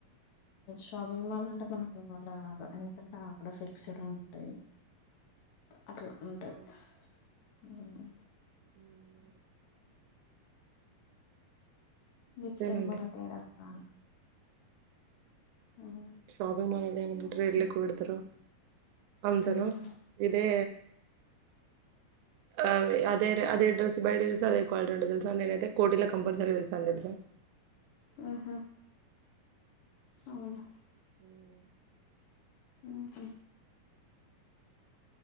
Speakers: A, on the left; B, on the right.
A: షాపింగ్ మాల్ అంటే మనం మనావల్లా కాదు ఎందుకంటే అక్కడ ఫిక్స్డ్ ఉంటాయి అట్లా ఉంటుంది
B: అవును
A: ఆ ఆ
B: ఉమ్ అవును
A: విక్సన్
B: అంతేనండి
A: మ తడాాల ఉమ్
B: షాపింగ్ మాల్ అల్ ఏమంట ఇళ్లిడదారు అమ్దారు
A: ఉమ్
B: ఇదే ఆ అదే అదే డ్రెస్ బయట చూసా అదే క్వాలిటీ ఉంటే తెలుసా నేనైతే కోటిలో కంపల్సరీ చూస్తాను తెలుసాను
A: ఉహుమ్ అవునా
B: ఉమ్
A: ఉహుమ్